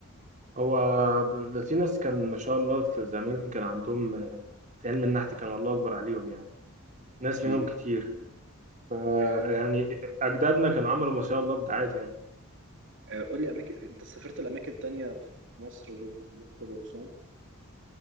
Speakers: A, on the right (about 35°); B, on the right (about 60°).
A: هو ب- في ناس كان ما شاء الله في زمان كان عندهم آه، في علم النحت كان الله أكبر عليهم يعني ناس
B: اكيد
A: منهم كتير آه،
B: آه،
A: يعني أجدادنا كانوا عملوا ما شاء الله إبداعات يعني
B: آه، قول لي اماكن انت سافرت لاماكن تانية في مصر غير الاقصر واسوان